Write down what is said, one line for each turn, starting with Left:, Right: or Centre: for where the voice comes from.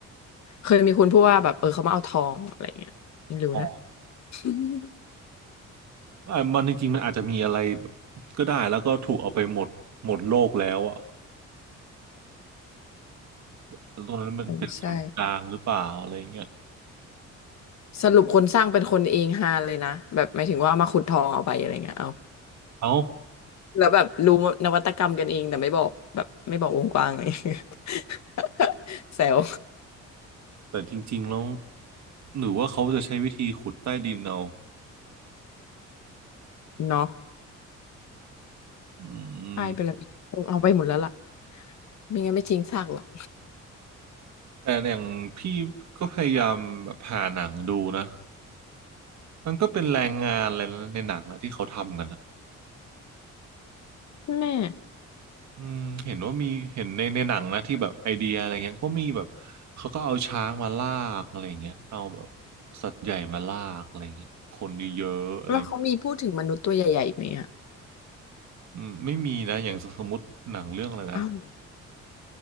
Left: เคยมีคนพูดว่าแบบเออเขามาเอาทองอะไรเงี้ยไม่รู้นะ
Right: อ๋อ
Left: <laughs>
Right: อ่ะมันจริงๆมันอาจจะมีอะไรแบบก็ได้แล้วก็ถูกเอาไปหมดหมดโลกแล้วอ่ะแล้วตรงนั้นมันเป็นศูนย์กลางหรือเปล่าอะไรเงี้ย
Left: เออใช่ สรุปคนสร้างเป็นคนเองฮาเลยนะแบบหมายถึงว่ามาขุดทองเอาไปอะไรเงี้ยเอา
Right: เอ้า
Left: แล้วแบบรู้นวัตกรรมกันเองแต่ไม่บอกแบบไม่บอกวงกว้างเลย <laughs> แซว
Right: แต่จริงๆแล้วหรือว่าเขาจะใช้วิธีขุดใต้ดินเอา
Left: เนาะ
Right: อื
Left: ใช่เป็นระเบียบคงเอาไปหมดแล้วล่ะ
Right: ม
Left: ไม่งั้นไม่จริงซากหรอก
Right: แต่อย่างพี่ก็พยายามแบบหาหนังดูนะมันก็เป็นแรงงานอะไรนะในหนังอะที่เขาทำกันอะ
Left: <laughs> แม่
Right: อืมเห็นว่ามีเห็นในในหนังนะที่แบบไอเดียอะไรเงี้ยก็มีแบบเขาก็เอาช้างมาลากอะไรเงี้ยเอาแบบสัตว์ใหญ่มาลากอะไรเงี้ยคนเยอะๆอะไร
Left: แล้วเขามีพูดถึงมนุษย์ตัวใหญ่ๆไหมอ่ะ
Right: อืมไม่มีนะอย่างสสมมติหนังเรื่องอะไรนะ
Left: อ้าว